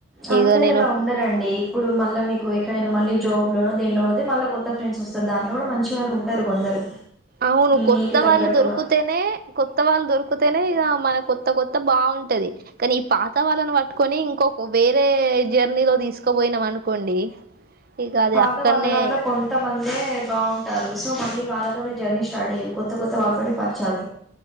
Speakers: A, in the centre; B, on the right.
A: అందరు
B: ఇక నేను
A: అలా ఉండరండి ఇప్పుడు మళ్ళా మీకు ఎక్కడైనా మళ్ళీ జాబ్ లోనో దేట్లో అయితే మళ్ళ కొత్త ఫ్రెండ్స్ వస్తారు దాంట్లో కూడా మంచి వాళ్ళు ఉంటారు కొందరు
B: అవును కొత్త
A: మీకు తగ్గట్టుగా
B: వాళ్ళు దొరికుతేనే కొత్త వాళ్ళు దొరికుతేనే ఇగా మనకు కొత్త కొత్త బాగుంటది కానీ ఈ పాత వాళ్ళను పట్టుకొని ఇంకొక వేరే జర్నీలో తీసుకోపోయి యినమ్ అనుకోండి ఇక అది
A: పాత
B: అక్కడనే
A: వాళ్ళ దాంట్లో కొంతమంది తే బాగుంటారు సో వాళ్ళతోనే జర్నీ స్టార్ట్ చెయ్యి కొత్త కొత్త వాళ్ళతో పరిచయ